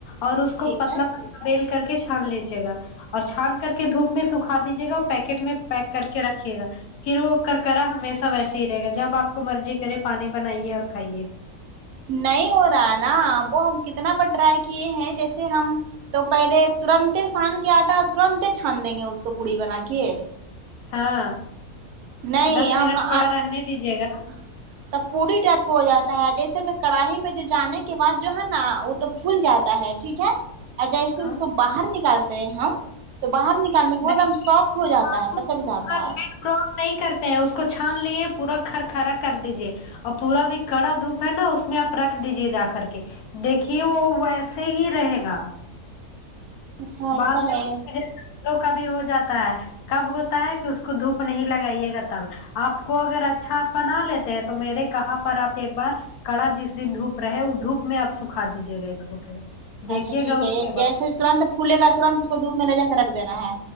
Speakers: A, on the left (about 80°); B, on the right (about 85°).
A: اور اس
B: ٹھیک
A: کو پتلا
B: ہے
A: پت ریل کر کے چھان لیجیے گا اور چھان کر کے دھوپ میں سکھا دیجیے گا اور پیکٹ میں پیک کر کے رکھیے گا پھر وہ کر کرا ہمیشہ ویسے ہی رہے گا جب آپ کو مرضی کرے پانی بنائیے اور کھائیے
B: نہیں ہو رہا نا وہ ہم کتنا بار ٹرائی کیے ہیں جیسے ہم تو پہلے ترنت چھان کے آٹا ترنت چھان دیں گے اس کو پوری بنا کے
A: ہاں
B: نہیں
A: دس
B: ہم
A: منٹ تھوڑا رہنے دیجیے گا
B: <unintelligible> تب پوری ٹائپ کو ہو جاتا ہے جیسے میں کڑھائی میں جو جانے کے بعد جو ہے نا وہ تو پھول جاتا ہے ٹھیک ہے اور جیسے
A: ہاں
B: اس کو باہر نکالتے ہیں ہم تو باہر ن کال کرنے کے
A: نہیں
B: بعد سافٹ ہو جاتا
A: آپ
B: ہے
A: اس
B: پچک
A: کو
B: جاتا
A: پورا
B: ہے
A: <unintelligible> نہیں کرتے ہیں اس کو چھان لیے پورا کھر کرا کر دیجیے اور پورا بھی کڑا دھوپ ہے نا اس میں آپ رکھ دیجے جا کر کے دیکھیے وہ ویسے ہی رہے گا
B: اچھا ایسا
A: بعد میں
B: ہے
A: <unintelligible> نظر ٹوکا کا بھی ہو جاتا ہے کب ہوتا ہے کہ اس کو دھوپ نہیں لگائیے گا تب آپ کو اگر اچھا آپ بنا لیتے ہیں تو میرے کہا پر آپ ایک بار کڑا جس دن دھوپ رہے وہ دھوپ میں آپ سکھا دیجیے گا اس کو کہ دیکھیے
B: اچھا ٹھیک
A: گا
B: ہے
A: اس
B: یہ
A: کے بعد
B: جیسے ترنت پھلے گا ترنت اس کو دھوپ میں لے جا کے رکھ دینا ہے